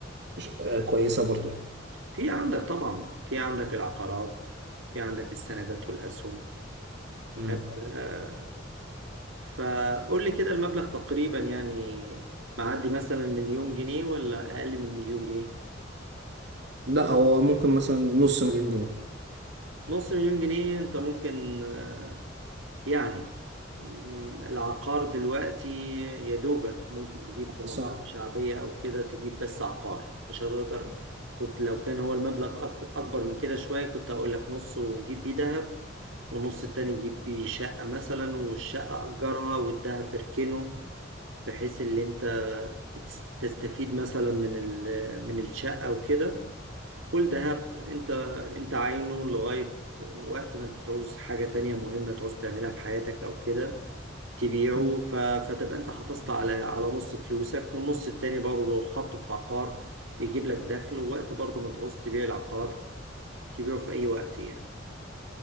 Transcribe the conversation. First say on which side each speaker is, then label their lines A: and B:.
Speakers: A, on the right; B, on the right.
A: ش- آه كويسة برضو
B: في عندك طبعا في عندك العقارات في عندك السندات والأسهم
A: امم
B: آه، آه، فقول لي كده المبلغ تقريبا يعني معدي مثلا مليون جنيه ولا أقل من مليون جنيه
A: لا هو ممكن مثلا نص مليون جنيه
B: نص مليون جنيه أنت ممكن آه، يعني م- العقار دلوقتي يا دوبك ممكن تجيب في منطقة
A: صح
B: شعبية أو كده تجيب بس عقار مش هتقدر كنت لو كان هو المبلغ أك- أكبر من كده شوية كنت هقول لك نص وجيب بيه دهب والنص التاني يجيب بيه شقة مثلا والشقة أجرها والدهب اركنه بحيث اللي انت تس- تستفيد مثلا من ال- من الشقة وكده والذهب انت انت عاينه لغاية وقت ما انت تعوز حاجة تانية مهمة تعوز تعملها في حياتك او كده تبيعه
A: مم.
B: ف- فتبقى انت حافظت على على نص فلوسك والنص التاني برضه حطه في عقار بيجيب لك دخل ووقت برضه ما تعوز تبيع العقار تبيعه في اي وقت يعني